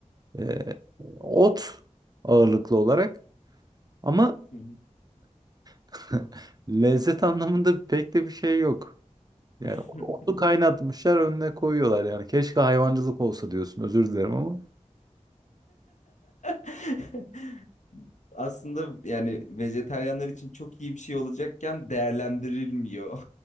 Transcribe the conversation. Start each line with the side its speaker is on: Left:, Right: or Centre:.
Right: E, ot ağırlıklı olarak ama
Left: Hı
Right: <laughs> lezzet anlamında pek de bir şey yok. Yani
Left: hı.
Right: onu kaynatmışlar önüne koyuyorlar yani. Keşke hayvancılık olsa diyorsun. Özür dilerim ama.
Left: <laughs> aslında yani vejetaryenler için çok iyi bir şey olacakken değerlendirilmiyor